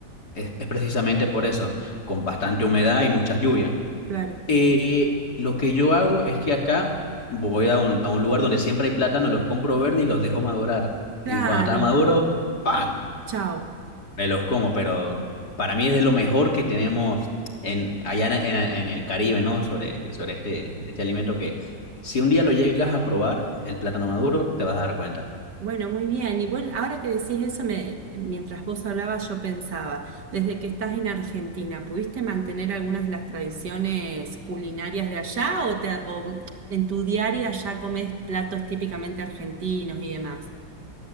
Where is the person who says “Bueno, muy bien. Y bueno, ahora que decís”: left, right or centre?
Right